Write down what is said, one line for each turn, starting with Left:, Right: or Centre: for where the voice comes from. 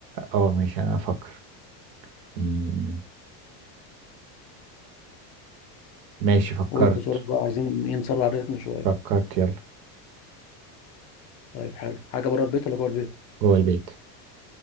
Right: اه ماشي أنا أفكر مم، ماشي فكرت
Left: قول بسرعة بقى عايزين ايه نسرع الريتم شوية
Right: فكرت يلا
Left: طيب حلو حاجة بره البيت ولا جوه البيت؟
Right: جوه البيت